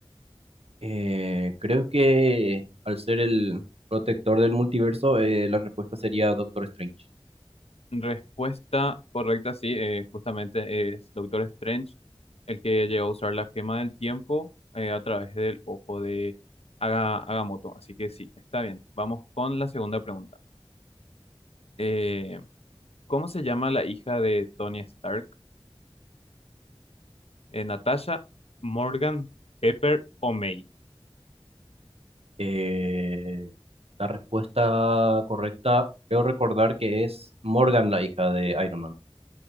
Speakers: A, on the right; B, on the left.
A: Eh, creo que al ser el protector del multiverso, eh, la respuesta sería Doctor Strange.
B: Respuesta correcta, sí, eh, justamente es Doctor Strange, el que llegó a usar la gema del tiempo eh, a través del ojo de Aga- Agamotto. Así que sí, está bien. Vamos con la segunda pregunta. Eh, ¿cómo se llama la hija de Tony Stark? Eh, ¿Natasha, Morgan, Pepper o May?
A: Eh, la respuesta correcta, creo recordar que es Morgan, la hija de Iron Man.